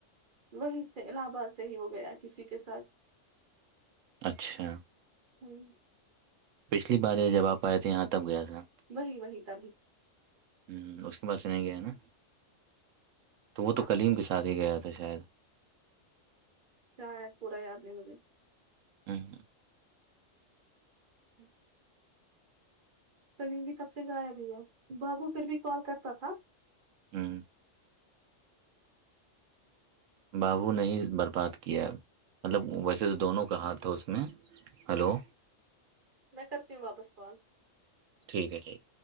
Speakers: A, on the right; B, on the right.
A: وہی سے الہ آباد سے ہی وہ گیا کسی کے ساتھ
B: اچھا
A: ج <inaudible>
B: پچھلی بار یہ جب آپ آئے تھے یہاں تب گیا تھا
A: وہی وہی تبھی
B: ہ اس کے پاس سے نہیں گیا ہے نا تو وہ تو
A: نہ
B: کلیم کے ساتھ ہی گیا تھا شاید
A: کیا پورا یادی م <unintelligible>
B: ہوں
A: ہوں <inaudible> کل بھی تب سے گایا بھی ہے بابو پھر بھی کال کرتا تھا
B: ہاں بابو نے برباد کیا مطلب ویسے تو دونوں کا ہاتھ تھا اس میں ہلو
A: میں کر ت واپس فال <unintelligible>
B: ٹھیک ہے ٹھیک